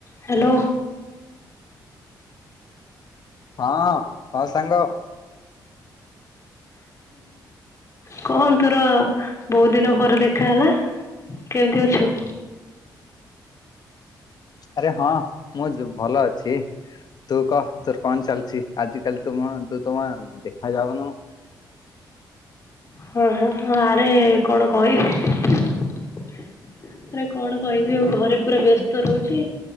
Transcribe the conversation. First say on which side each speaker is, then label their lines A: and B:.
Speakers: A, on the left; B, on the left.
A: Hello!
B: ହଁ ହ ସାଙ୍ଗ।
A: କଣ ତୋର ବହୁତ ଦିନ ପରେ ଦେଖ? ଦେଖା ହେଲା କେମିତି ଅଛୁ?
B: ଆରେ ହଁ ମୁଁ ଭଲ ଅଛି। ତୁ କହ ତୋର କଣ ଚାଲିଛି ଆଜି କାଲି ତୁ ତ ତମ ଦେଖା ଯାଉନୁ।
A: ହ ହ ଆରେ କଣ କହିବି। ଆରେ କଣ କହିବି ଆଉ ଘରେ ପୁରା ବ୍ୟସ୍ତ ରହୁଛି।